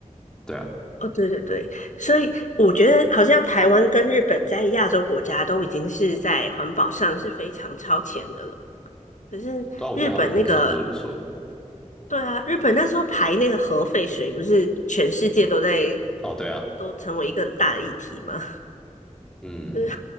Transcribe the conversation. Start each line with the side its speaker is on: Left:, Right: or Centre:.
Centre: 对啊，
Left: 哦，对对对，所以我觉得好像台湾跟日本在亚洲国家都已经是在环保上是非常超前的了。可是日本那个，
Centre: 但我觉得他们算做的不错，
Left: 对啊，日本那时候排那个核废水，不是全世界都在
Centre: 哦，对啊，
Left: 都成为一个很大的议题吗？<laughs>
Centre: 嗯，
Left: 就是